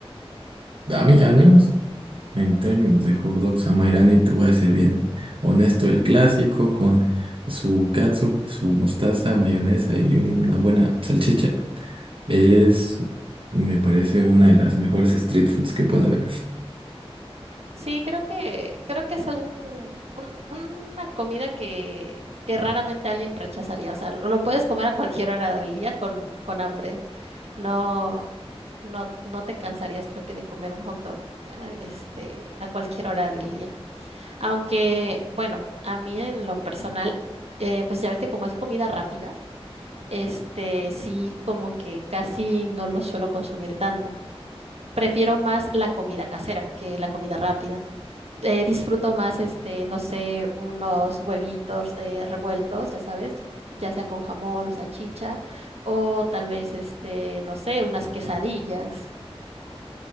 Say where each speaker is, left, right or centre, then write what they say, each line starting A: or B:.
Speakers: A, on the right; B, on the right.
A: A mí, al menos, En términos de hot dog Samairani, te voy a decir bien honesto, el clásico con su catsup, su mostaza, mayonesa y una buena salchicha es, me parece, una de las mejores street foods que puede haber.
B: Sí, creo que, creo que es un, un- una comida que, que raramente alguien rechazaría. O sea, lo puedes comer a cualquier hora del día con, con hambre. No, no, no te cansarías, creo que, de comer un hot dog, ah, este, a cualquier hora del día. Aunque, bueno, a mí en lo personal, eh, pues ya ves que como es comida rápida. este sí como que casi no lo suelo consumir tanto. Prefiero más la comida casera que la comida rápida. Eh, disfruto más, este, no sé, unos huevitos eh, revueltos, ya sabes, ya sea con jamón o salchicha, o tal vez, este, no sé, unas quesadillas.